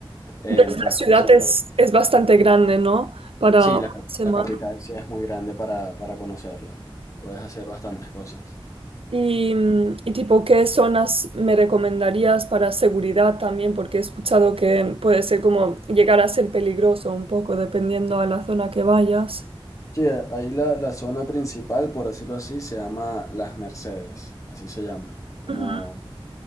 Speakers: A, on the left; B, on the right.
A: em,
B: Entonces
A: puedes
B: la ciudad
A: conocer...
B: es, es bastante grande, ¿no? Para
A: Sí,
B: una
A: la, cap-
B: semana.
A: la capital sí es muy grande para, para conocerla. Puedes hacer bastantes cosas.
B: Y, mm, y tipo, ¿qué zonas me recomendarías para seguridad también? Porque he escuchado que puede ser como llegar a ser peligroso un poco dependiendo a la zona que vayas.
A: Sí, a- ahí la, la zona principal, por decirlo así, se llama Las Mercedes, así se llama, como,
B: Ujú.